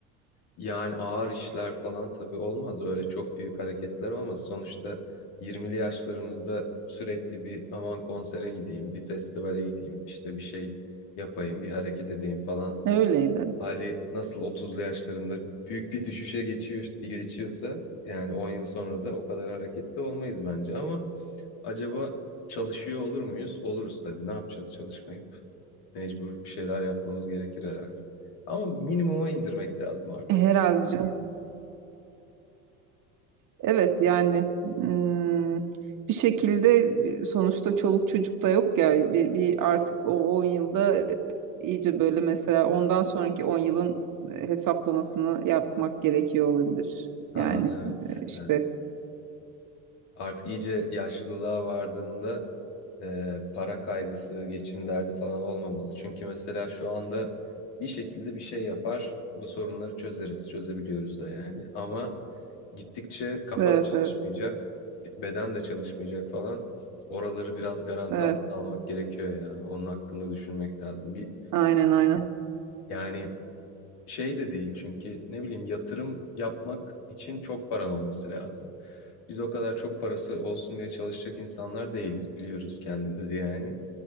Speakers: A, on the left (about 65°); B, on the right (about 50°).
A: Yani ağır işler falan tabii olmaz. Öyle çok büyük hareketler olmaz. Sonuçta 20'li yaşlarımızda sürekli bir aman konsere gideyim, bir festivale gideyim, işte bir şey yapayım, bir hareket edeyim falan.
B: Öyleydi.
A: Hali nasıl 30'lu yaşlarında büyük bir düşüşe geçiyor, geçiyorsa yani 10 yıl sonra da o kadar hareketli olmayız bence. Ama acaba çalışıyor olur muyuz? Oluruz tabii. Ne yapacağız çalışmayıp? Mecbur bir şeyler yapmamız gerekir herhalde. Ama minimuma indirmek lazım artık.
B: Herhalde canım. Evet yani mm, bir şekilde sonuçta çoluk çocuk da yok ya bir, bir artık o on yılda iyice böyle mesela ondan sonraki 10 yılın hesaplamasını yapmak gerekiyor olabilir.
A: Ha
B: Yani
A: evet,
B: e, işte
A: evet. Artık iyice yaşlılığa vardığında e, para kaygısı, geçim derdi falan olmamalı. Çünkü mesela şu anda bir şekilde bir şey yapar, bu sorunları çözeriz, çözebiliyoruz da yani. Ama gittikçe kafa
B: evet
A: da çalışmayacak,
B: evet
A: beden de çalışmayacak falan. Oraları biraz garanti
B: evet
A: altına almak gerekiyor ya. Onun hakkında düşünmek lazım. Bir
B: aynen aynen.
A: yani şey de değil çünkü ne bileyim yatırım yapmak için çok paran olması lazım. Biz o kadar çok parası olsun diye çalışacak insanlar değiliz biliyoruz kendimizi yani.